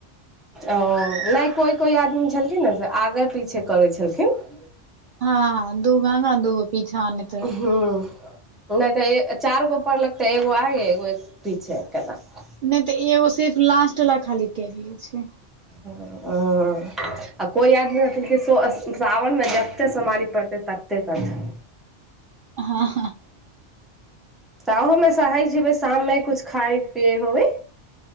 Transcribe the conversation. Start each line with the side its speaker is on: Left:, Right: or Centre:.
Centre: औ नै कोय-कोय आदमी छलखिन्ह नै से आगे पीछे करय छलखिन्ह।
Right: हां-हां दूगो आगा दूगो पीछा नै
Centre: हुं। नै तै ए चाएर गो पढ़लक तै एगो आगे एगो एक पीछे केलक।
Right: नै तै एगो सिर्फ लास्ट बला खाली कैर लै छै।
Centre: <unintelligible> आ कोय आदमी रहथिन कि सो आ सावन मे जत्ते सोमवारी पड़तै तत्ते करथिन।
Right: हां-हां।
Centre: ताहौ में सहै छियै शाम मे कुछ खाय पिए होबै?